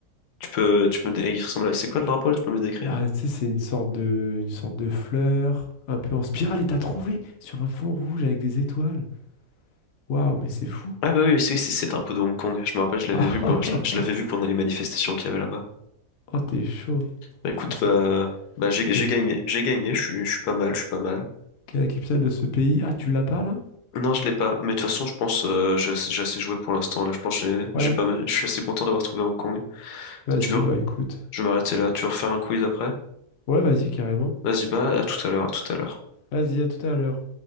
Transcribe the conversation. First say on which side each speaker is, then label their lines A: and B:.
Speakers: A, on the left (about 85°); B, on the left (about 65°).
A: Tu peux, tu peux me dé- il ressemble à... C'est quoi le drapeau là? Tu peux me le décrire?
B: Ah, tu sais, c'est une sorte de, une sorte de fleur, un peu en spirale, et t'as trouvé sur un fond rouge avec des étoiles. Waouh, mais c'est fou.
A: Ah bah oui, oui, c'est c'est- c'est le drapeau de Hong Kong. Je me rappelle, je l'avais
B: <laughs>
A: vu, pour- je, je l'avais vu pendant les manifestations qu'il y avait là-bas.
B: Oh, t'es chaud.
A: Bah écoute,
B: Ah, Ça, c'est
A: bah,
B: la
A: bah j'ai j'ai
B: capi-
A: gagné, j'ai gagné. Je suis, je suis pas mal, je suis pas mal.
B: la capitale de ce pays. Ah, tu l'as pas, là?
A: Non, je l'ai pas. Mais de toute façon, je pense, euh, j'ai assez, j'ai assez joué pour l'instant. Là, je pense, que j'ai,
B: Ouais.
A: j'ai pas mal. Je suis assez content d'avoir trouvé Hong Kong.
B: Vas-y,
A: Tu veux,
B: bah écoute.
A: je vais m'arrêter là. Tu veux refaire un quiz après?
B: Ouais, vas-y, carrément.
A: Vas-y, bah à tout à l'heure, à tout à l'heure.
B: Vas-y, à tout à l'heure.